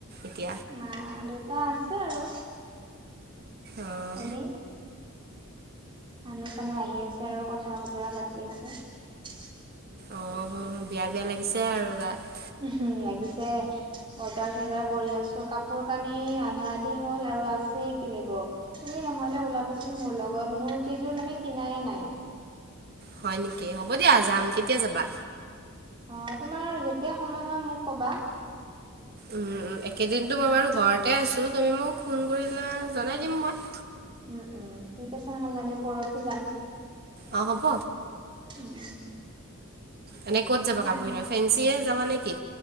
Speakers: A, on the right; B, on the right.
A: এতিয়া
B: মা দেউতা আছে আৰু
A: অঁ
B: এনেই মানুহ চানুহ আহি আছে আৰু কথা বতৰা পাতি আছে।
A: অ', বিয়া বিয়া লাগিছে আৰু গাত।
B: উম লাগিছে বজাৰ চজাৰ কৰি আছোঁ কাপোৰ কানি আধা আধি হল আৰু। আৰু আছে কিনিব তুমি নহ'লে ওলাবাচোন মোৰ লগত মোৰ কেইযোৰ মানে কিনাই নাই।
A: হয় নেকি, হ'ব দিয়া যাম, কেতিয়া যাবা?
B: অ তোমাৰ যেতিয়া সময় হয় মোক কবা।
A: উ একেদিনো মই বাৰু ঘৰতে আছো, তুমি মোক ফোন কৰিলা জনাই দিম মই।
B: উম উম ঠিক আছে নহ'লে আমি পৰখি যাম।
A: অ হ'ব।
B: উম।
A: এনেই ক'ত যাবা
B: মানে
A: কাপোৰ কিনিব ফেঞ্চিয়ে যাবা নেকি